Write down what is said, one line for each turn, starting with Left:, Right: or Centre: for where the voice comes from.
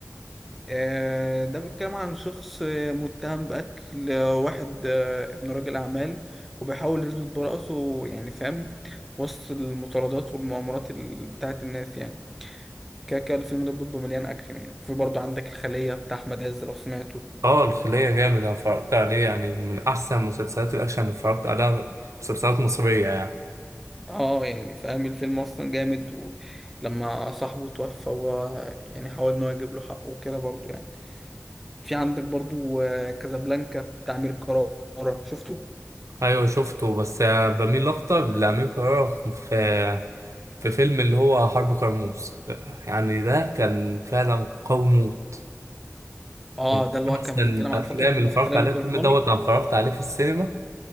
Centre: آه، ده بيتكلم عن شخص آه، متهم بقتل آه، واحد آه، ابن راجل أعمال وبيحاول يثبت براءته يعني فاهم وسط المطاردات والمؤامرات ال- بتاعت الناس يعني كده كده الفيلم ده بيبقى مليان أكشن يعني في برضه عندك الخلية بتاع أحمد عز لو سمعته
Right: اه الخلية جامد انا اتفرجت عليه يعني من احسن مسلسلات الاكشن اللي اتفرجت عليها مسلسلات مصرية يعني
Centre: اه يعني فاهم الفيلم أصلا جامد ولما صاحبه توفى هو يعني حاول إن هو يجيب له حقه وكده برضه يعني في عندك برضه آه، كازابلانكا بتاع أمير كرارة شفته؟
Right: ايوه شفته بس آه، بميل اكتر لأمير كرارة في في فيلم اللي هو حرب كرموز آه، يعني ده كان فعلا قوي موت
Centre: اه
Right: من
Centre: ده اللي هو
Right: احسن
Centre: كان
Right: الافلام
Centre: بيتكلم عن فترة الاحتلال
Right: اللي اتفرجت عليها
Centre: البريطاني
Right: الفيلم دوت انا اتفرجت عليه في السينما